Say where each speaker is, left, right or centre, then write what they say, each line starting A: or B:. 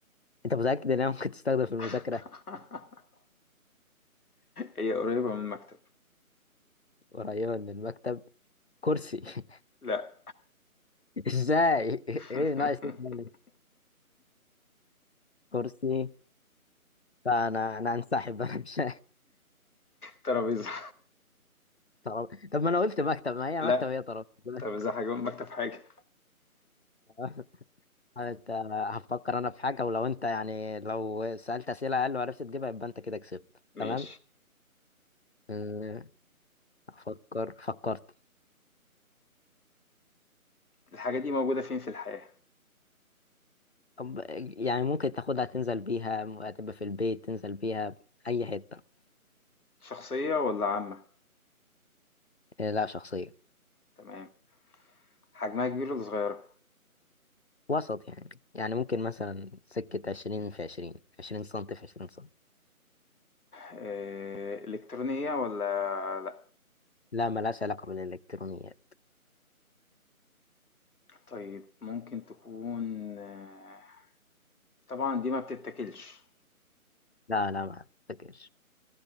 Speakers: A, on the left; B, on the left.
A: انت متأكد انها ممكن تستخدم في المذاكرة
B: <laughs> هي قريبة من المكتب
A: قريبة من المكتب كرسي <laughs>
B: لا
A: ازاي
B: <laughs>
A: ايه ناقص إيه تاني؟ كرسي فانا انا انسحب <laughs> انا مش
B: ترابيزة
A: طب طب ما انا قلت مكتب ما هي
B: لا
A: مكتب هي ترابيزة
B: ترابيزة حاجة والمكتب حاجة
A: <laughs> انت هفكر انا في حاجة ولو انت يعني لو سألت أسئلة اقل وعرفت تجيبها يبقى انت كده كسبت
B: ماشي
A: تمام أه، أفكر فكرت
B: الحاجة دي موجودة فين في الحياة؟
A: طب يعني ممكن تاخدها تنزل بيها هتبقى في البيت تنزل بيها أي حتة
B: شخصية ولا عامة؟
A: أه، لا شخصية
B: تمام حجمها كبير ولا صغيرة؟
A: وسط يعني يعني ممكن مثلا سكة عشرين في عشرين عشرين سنتي في عشرين سنتي
B: آه، إلكترونية ولا لا؟
A: لا ملهاش علاقة بالإلكترونيات
B: طيب ممكن تكون آه، طبعا دي ما بتتاكلش
A: لا لا ما أفتكرش